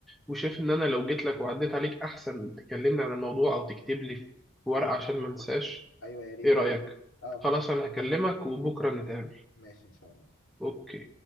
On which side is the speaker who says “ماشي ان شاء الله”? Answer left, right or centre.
Left